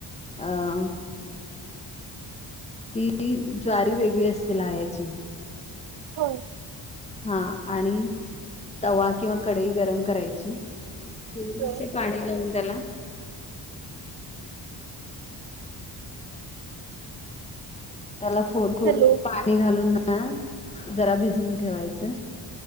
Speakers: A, on the left; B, on the right.
A: अं ती ज्वारी वेगळी असते लाह्याची
B: हो
A: हा आणि तवा किंवा कडई गरम करायची <unintelligible>
B: हो
A: पाणी लावून त्याला त्याला थोडं-थोडं
B: हॅलो
A: पाणी घालून ना जरा भिजवून ठेवायचं.